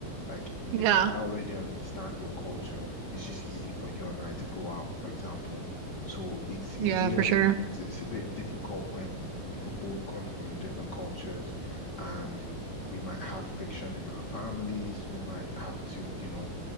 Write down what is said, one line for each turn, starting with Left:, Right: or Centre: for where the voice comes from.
Left: Like
Right: Yeah.
Left: if I already understand your culture, it's just easy for you and I to go out, for example. So it's
Right: Yeah,
Left: easier.
Right: for sure.
Left: It, it's it's a bit difficult when we could both come from different cultures, and we might have friction in our families. We might have to, you know.